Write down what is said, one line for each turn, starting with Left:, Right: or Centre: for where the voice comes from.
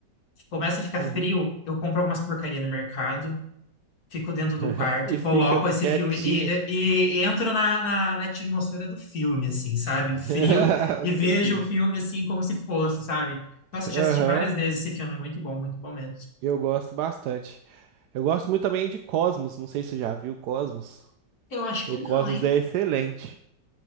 Left: Começa a ficar
Right: Uhum.
Left: frio, eu compro algumas porcaria no mercado, fico dentro
Right: <laughs>
Left: do quarto,
Right: E
Left: coloco
Right: fica
Left: esse
Right: quietinho.
Left: filme e, e- e entro na, na, na atmosfera do filme, assim, sabe?
Right: <laughs>
Left: Frio e
Right: Sim.
Left: vejo o filme assim como se fosse, sabe? Nossa, já
Right: Aham,
Left: assisti várias vezes esse filme, é muito bom, muito bom mesmo.
Right: eu gosto bastante. Eu gosto muito também de Cosmos, não sei se você já viu Cosmos.
Left: Eu acho
Right: O
Left: que não,
Right: Cosmos
Left: hein?
Right: é excelente.